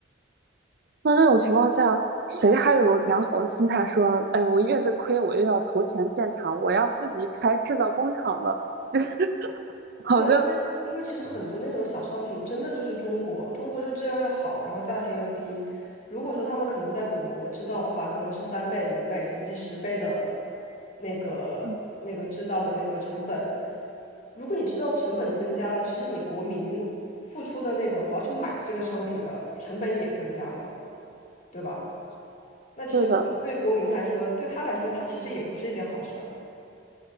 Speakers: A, on the right (about 50°); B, on the left (about 45°).
A: 那这种情况下，谁还有良好的心态说，哎，我越是亏，我越要投钱建厂，我要自己开制造工厂了？<laughs> 好像，
B: 对，因为因为其实很多那种小商品真的就是中国，中国就质量又好，然后价钱又低。如果说他们可能在本国制造的话，可能是三倍、五倍以及十倍的那个那个制造的那个成本。
A: 嗯，
B: 如果你制造成本增加了，其实你国民付出的那个我要去买这个商品的成本也增加了，对吧？那其实国民对于国民来说，
A: 对的，
B: 对他来说，他其实也不是一件好事儿。